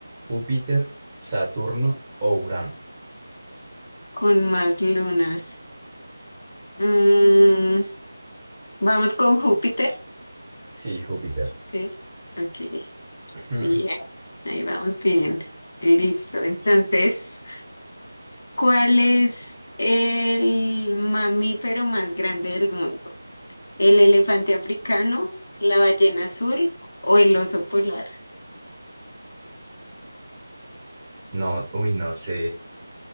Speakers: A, on the right; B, on the left.
A: ¿Júpiter, Saturno o Urano?
B: con más lunas. Mm, vamos con Júpiter.
A: Sí, Júpiter.
B: Sí, ok,
A: Hmm.
B: bien, ahí vamos bien. Listo, entonces, ¿cuál es el mamífero más grande del mundo? ¿El elefante africano, la ballena azul o el oso polar?
A: No, uy, no sé.